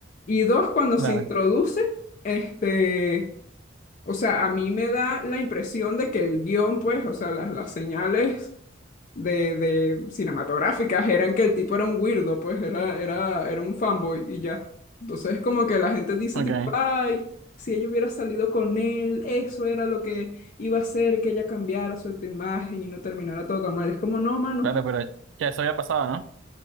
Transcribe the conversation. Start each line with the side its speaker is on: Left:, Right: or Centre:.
Left: Y dos, cuando
Right: Claro,
Left: se introduce este, o sea, a mí me da la impresión de que el guión, pues, o sea, las, las señales de, de cinematográficas eran que el tipo era un weirdo, pues, era, era, era un fanboy y ya. Entonces, como que la gente dice,
Right: ok,
Left: tipo, ay, si ella hubiera salido con él, eso era lo que iba a hacer que ella cambiara su imagen y no terminara todo tan mal. Es como, no, mano,
Right: claro, pero ya eso había pasado, ¿no?